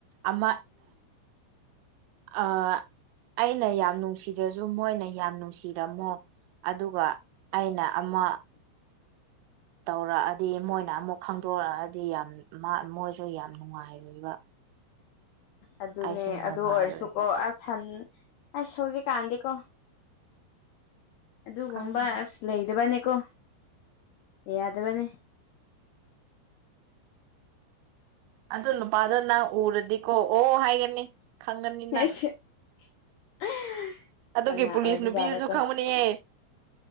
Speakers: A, on the right; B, on the left.
A: ꯑꯃ ꯑꯥ ꯑꯩꯅ ꯌꯥꯝ ꯅꯨꯡꯁꯤꯗ꯭ꯔꯖꯨ ꯃꯣꯏꯅ ꯌꯥꯝ ꯅꯨꯡꯁꯤꯔꯝꯃꯣ ꯑꯗꯨꯒ ꯑꯩꯅ ꯑꯃ ꯇꯧꯔꯛꯑꯗꯤ ꯃꯣꯏꯅ ꯑꯃꯨꯛ ꯈꯪꯗꯣꯔꯛꯑꯗꯤ ꯌꯥꯝ ꯃꯥ ꯃꯣꯏꯁꯨ ꯌꯥꯝ ꯅꯨꯡꯉꯥꯏꯔꯣꯏꯕ
B: ꯑꯗꯨꯅꯦ
A: ꯑꯩꯁꯨ ꯅꯨꯡꯉꯥꯏꯔꯣꯏꯕ
B: ꯑꯗꯨ ꯑꯣꯏꯔꯁꯨꯀꯣ
A: ꯑꯗꯣ
B: ꯑꯁ ꯁꯟ ꯑꯁ ꯍꯧꯖꯤꯛꯀꯥꯟꯗꯤꯀꯣ ꯑꯗꯨꯒꯨꯝꯕ
A: ꯈꯪꯗ꯭ꯔꯦ
B: ꯑꯁ ꯂꯩꯗꯕꯅꯦꯀꯣ ꯌꯥꯗꯕꯅꯦ
A: ꯑꯗꯨ ꯅꯨꯄꯥꯗꯣ ꯅꯪ ꯎꯔꯗꯤꯀꯣ ꯑꯣ ꯍꯥꯏꯒꯅꯤ ꯈꯪꯒꯅꯤ
B: <unintelligible>
A: ꯅꯪ ꯑꯗꯨꯒꯤ ꯄꯨꯂꯤꯁ
B: ꯑꯣꯏꯕꯖꯥꯠꯔꯀꯣ
A: ꯅꯨꯄꯤꯗꯨꯖꯨ ꯈꯪꯕꯅꯤꯍꯦ